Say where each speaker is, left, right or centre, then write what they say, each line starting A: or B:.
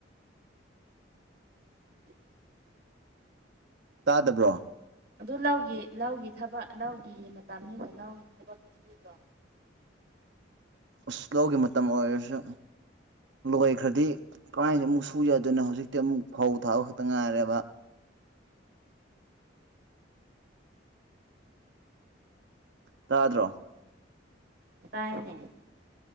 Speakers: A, on the right; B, on the right.
A: <inaudible>
B: ꯇꯥꯗꯕ꯭ꯔꯣ
A: ꯑꯗꯨ ꯂꯧꯒꯤ ꯂꯧꯒꯤ ꯊꯕꯛ ꯂꯧꯒꯤ ꯃꯇꯝꯅꯤꯅ ꯂꯧꯒꯤ ꯊꯕꯛꯇꯤ ꯁꯨꯗ꯭ꯔꯣ
B: ꯑꯁ ꯂꯧꯒꯤ ꯃꯇꯝ ꯑꯣꯏꯔꯁꯨ ꯂꯣꯏꯈ꯭ꯔꯗꯤ ꯀꯃꯥꯏꯅ ꯑꯃꯨꯛ ꯁꯨ ꯌꯥꯗꯣꯏꯅꯣ ꯍꯧꯖꯤꯛꯇꯤ ꯑꯃꯨꯛ ꯐꯧ ꯊꯥꯕ ꯈꯛꯇ ꯉꯥꯏꯔꯦꯕ ꯇꯥꯗ꯭ꯔꯣ
A: ꯇꯥꯏꯅꯦ